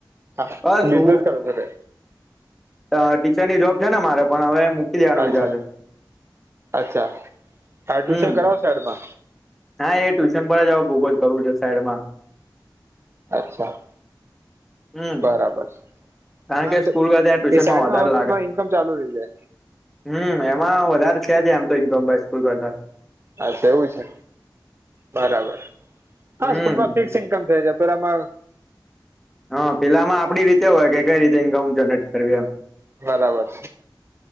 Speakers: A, on the right (about 35°); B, in the centre.
A: હા
B: બસ
A: બિઝનેસ કરો છો કે?
B: અહ ટીચરની જોબ છે ને મારે પણ હવે દેવાનો
A: અચ્છા
B: વિચાર છે
A: અચ્છા હ ટ્યુશન
B: હમ
A: કરાવો સાઈડમાં
B: હા એ ટ્યુશન પર જ ઉપજ કરું છે સાઈડમાં
A: અચ્છા
B: હમ
A: બરાબર છે.
B: કારણ
A: હા
B: કે
A: ત
B: સ્કૂલ કરતા ટ્યુશનમાં
A: એ સાઈડમાં
B: વધારે
A: વર્ક પણ ઇન્કમ ચાલુ રહી જાય
B: હમ્મ, એમાં વધારે છે જ એમ તો ઇન્કમ <unintelligible> કરતા
A: અચ્છા એવું છે બરાબર હા
B: હમ
A: સ્કૂલમાં ફિક્સ ઇન્કમ છે જ એમ પર આમાં
B: હા પેલામાં આપડી રીતે હોય કે કઈ રીતે ઈન્કમ જનરેટ કરવી એમ.
A: બરાબર છે.